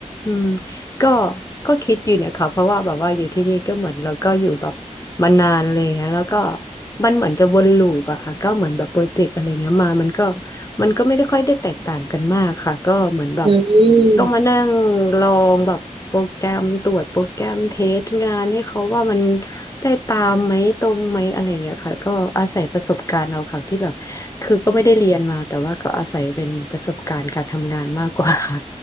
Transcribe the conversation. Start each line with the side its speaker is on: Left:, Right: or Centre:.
Left: อืม ก็ก็คิดอยู่เนี่ยค่ะเพราะว่าแบบว่าอยู่ที่นี่ก็เหมือนเราก็อยู่แบบมานานอะไรอย่างเงี้ยแล้วก็มันเหมือนจะวนลูปอะค่ะก็เหมือนแบบโปรเจกต์อะไรเงี้ยมามันก็มันก็ไม่ได้ค่อยได้แตกต่างกันมากค่ะก็เหมือนแบบ
Right: อืม
Left: ต้องมานั่งลองแบบโปรแกรมตรวจโปรแกรมเทสงานให้เขาว่ามันได้ตามไหมตรงไหมอะไรเงี้ยค่ะก็อาศัยประสบการณ์เอาค่ะที่แบบคือก็ไม่ได้เรียนมาแต่ว่าก็อาศัยเป็นประสบการณ์การทำงานมากกว่าค่ะ